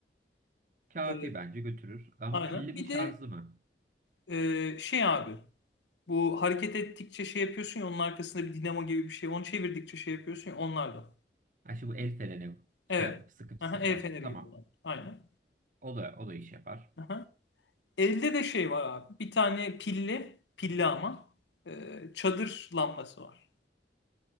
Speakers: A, on the right (about 45°); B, on the left (about 85°).
A: Kafi
B: Ee,
A: bence götürür. Ama
B: aynen.
A: pilli mi
B: Bir
A: şarjlı
B: de
A: mı?
B: e, şey abi. Bu hareket ettikçe şey yapıyorsun ya onun arkasında bir dinamo gibi bir şey. Onu çevirdikçe şey yapıyorsun ya onlar da.
A: Ha şimdi bu el freni
B: Evet.
A: şey yapıp sıkıp
B: Aha,
A: sıkıp
B: el
A: aç.
B: feneri
A: Tamam.
B: gibi olan. Aynen.
A: O da, o da iş yapar.
B: Aha. Elde de şey var abi. Bir tane pilli, pilli ama e, çadır lambası var.